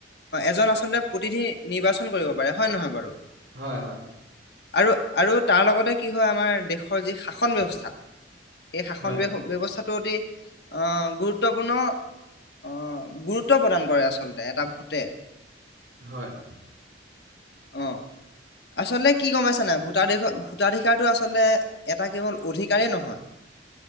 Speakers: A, on the left; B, on the right.
A: এজন আচলতে প্ৰতিনিধি নিৰ্বাচন কৰিব পাৰে হয় নহয় বাৰু?
B: হয় হয়
A: আৰু আৰু তাৰ লগতে কি হয় আমাৰ দেশৰ যি। শাসন ব্যৱস্থা। এই
B: হয়
A: শাসন
B: হয়
A: ব্যৱস্থা। অতি আহ গুৰুত্বপূৰ্ণ আহ গুৰুত্ব প্ৰদান কৰে আচলতে এটা ভোটে।
B: হয়
A: অ আচলতে কি গম পাইছ নাই ভোটাাধিক ভোটাধিকাৰতো আচলতে তাৰ? এটা কেৱল অধিকাৰেই নহয়